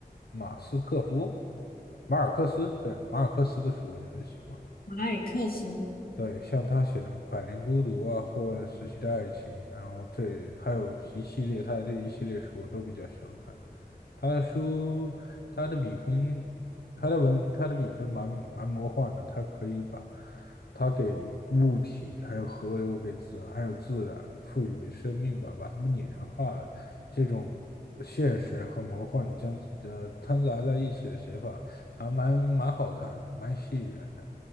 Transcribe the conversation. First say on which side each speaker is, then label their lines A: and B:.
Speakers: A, on the left; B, on the left.
A: 马斯克夫，马尔克斯，对，马尔克斯的书我就很喜欢。
B: 马尔克斯。
A: 对，像他写的《百年孤独》啊，《后乱时期的爱情》，然后这还有一系列他的这一系列书我都比较喜欢看。他的书，他的笔分，他的文，他的笔分蛮蛮魔幻的，他可以把他给物体、还有河流、给自然、还有自然赋予了生命吧，把它们拟人化了。这种现实和魔幻将呃掺杂在一起的写法，还蛮蛮好看的，蛮吸引人的。